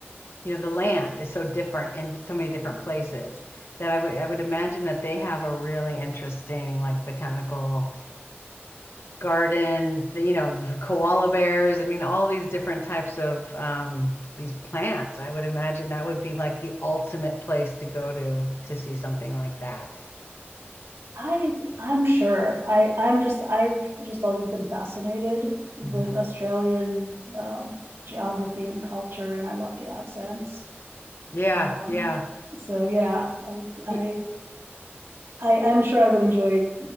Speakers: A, on the left; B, on the right.
A: you know the land is so different in so many different places that I would I would imagine that they have a really interesting like botanical garden, the, you know, the koala bears. I mean, all these different types of um, these plants. I would imagine that would be like the ultimate place to go to to see something like that.
B: I I'm sure I I'm just I've just always been fascinated with
A: hmm
B: Australian um, geography and culture and I love the accents
A: Yeah,
B: Um,
A: yeah.
B: so yeah, I,
A: Y-
B: I, I, I'm sure I would enjoy